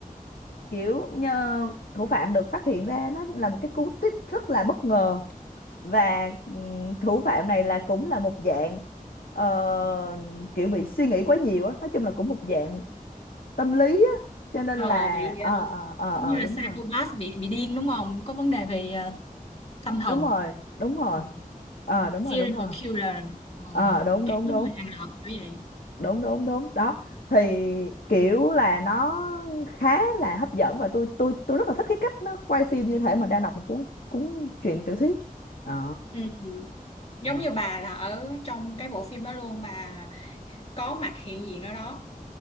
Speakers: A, on the left (about 80°); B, on the left (about 45°).
A: kiểu nhờ, thủ phạm được phát hiện ra nó là một cái cú twist rất là bất ngờ và ừm, thủ phạm này là cũng là một dạng ờ, kiểu bị suy nghĩ quá nhiều á nói chung là cũng một dạng tâm lý á cho nên
B: Ờ,
A: là
B: bị
A: ờ
B: ờ,
A: ờ ờ
B: giống
A: ờ
B: như là
A: đúng
B: psychopath
A: rồi
B: bị bị điên đúng không? Có vấn đề về ờ, tâm thần.
A: đúng rồi đúng rồi
B: Ừ.
A: ờ đúng
B: Serial
A: rồi đúng rồi
B: killer. Ờ,
A: ờ đúng
B: cả
A: đúng
B: những
A: đúng
B: người hàng loạt kiểu vậy.
A: đúng đúng đúng đó thì kiểu là nó khá là hấp dẫn và tôi tôi tôi rất là thích cái cách nó quay phim như thể mà đang đọc một cuốn cuốn truyện tiểu thuyết ờ
B: Ừ. Giống
A: ừ.
B: như bà là ở trong cái bộ phim đó luôn bà có mặt hiện diện ở đó